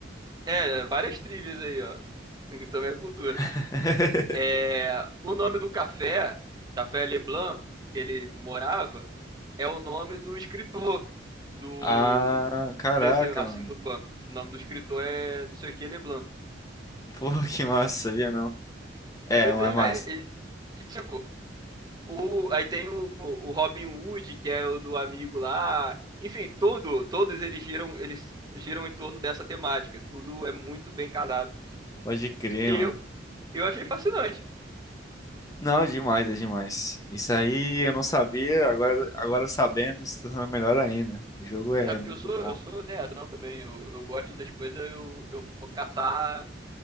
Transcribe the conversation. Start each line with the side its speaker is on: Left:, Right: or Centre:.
Right: é, várias trivias aí, ó. <laughs> Também é cultura.
Left: <laughs>
Right: É, o nome do café, Café Leblanc, que ele morava, é o nome do escritor do
Left: Ah, caraca,
Right: desse Arsène
Left: mano.
Right: Lupin. O nome do escritor é não sei o que Leblanc.
Left: Pô, <laughs> que massa, sabia não? É,
Right: Pois
Left: é
Right: é,
Left: massa.
Right: e, e, tipo, O, aí tem o, o Robin Hood, que é o do amigo lá. Enfim, todo, todos eles giram, eles giram em torno dessa temática. Tudo é muito bem casado.
Left: Pode crer,
Right: E
Left: mano.
Right: eu, eu achei fascinante.
Left: Não, é demais, é demais. Isso aí eu não sabia, agora, agora sabendo, se torna melhor ainda. O jogo é
Right: Sabe,
Left: muito
Right: porque eu sou,
Left: bom.
Right: eu sou nerdão também. Eu, eu gosto das coisas, eu, eu vou caçar